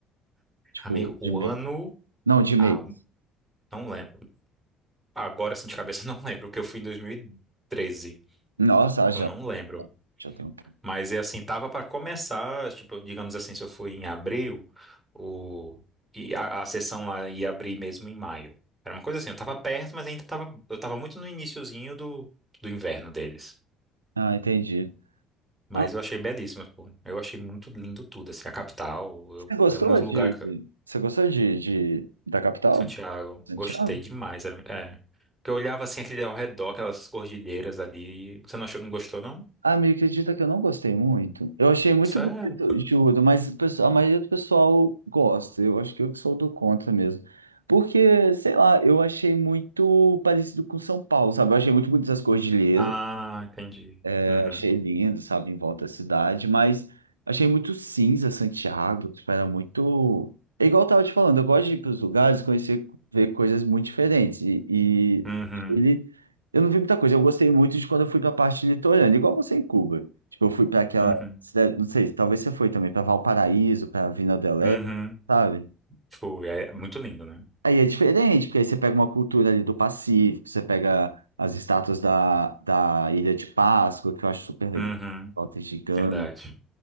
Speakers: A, on the right; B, in the centre.
A: Tipo,
B: amigo, o
A: de mês.
B: ano,
A: Não, de mês.
B: ah, o- não lembro. Agora assim de cabeça <laughs> não lembro, porque eu fui em dois mil e treze.
A: Nossa, ah, já,
B: Eu não lembro.
A: já tem um tempo.
B: Mas é assim, tava para começar, tipo, digamos assim, se eu fui em abril, o e a, a sessão lá ia abrir mesmo em maio. Era uma coisa assim, eu tava perto, mas ainda tava, eu tava muito no iniciozinho do, do inverno deles.
A: Ah, entendi.
B: Mas
A: Ah,
B: eu achei belíssimo, pô. Eu achei muito lindo tudo, assim, a capital,
A: você
B: eu-
A: gostou
B: é um lugar
A: de.
B: que
A: Você gostou de, de- da capital?
B: Santiago,
A: Santiago?
B: gostei demais, é, é. Porque eu olhava assim aquele ao redor, aquelas cordilheiras ali. Você não achou, não gostou, não?
A: Ah, me acredita que eu não gostei muito. Eu achei muito
B: Sério?
A: bonito, juro, mas o pessoal- a maioria do pessoal gosta. Eu acho que eu que sou do contra mesmo. Porque, sei lá, eu achei muito parecido com São Paulo, sabe? Eu achei muito bonito as cordilheiras
B: Ah, entendi.
A: é,
B: Uhum.
A: achei lindo, sabe, em volta da cidade, mas achei muito cinza Santiago, tipo, era muito. É igual eu tava te falando, eu gosto de ir para os lugares, conhecer, ver coisas muito diferentes. E, e
B: Uhum.
A: ele, eu não vi muita coisa, eu gostei muito de quando eu fui para a parte litorânea, igual você em Cuba. Tipo, eu fui para aquela
B: Uhum.
A: cidade, não sei, talvez você foi também, para Valparaíso, para Vina del Leste,
B: Uhum.
A: sabe?
B: Foi, é muito lindo, né?
A: Aí é diferente, porque aí você pega uma cultura ali do Pacífico, você pega as estátuas da, da Ilha de Páscoa, que eu acho super legal,
B: Uhum,
A: totem gigante.
B: verdade,